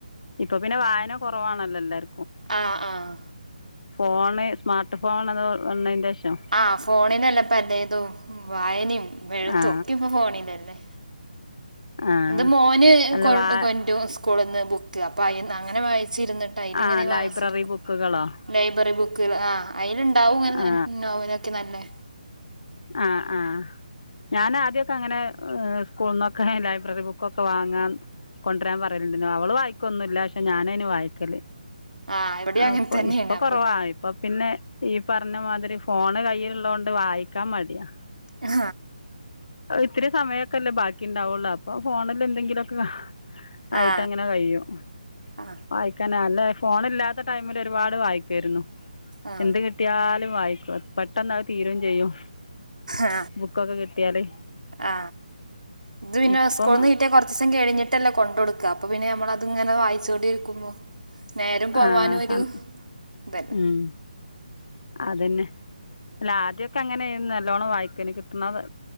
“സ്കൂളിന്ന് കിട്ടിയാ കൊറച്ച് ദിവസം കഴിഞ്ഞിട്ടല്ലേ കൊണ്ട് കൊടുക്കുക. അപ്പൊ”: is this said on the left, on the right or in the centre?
Right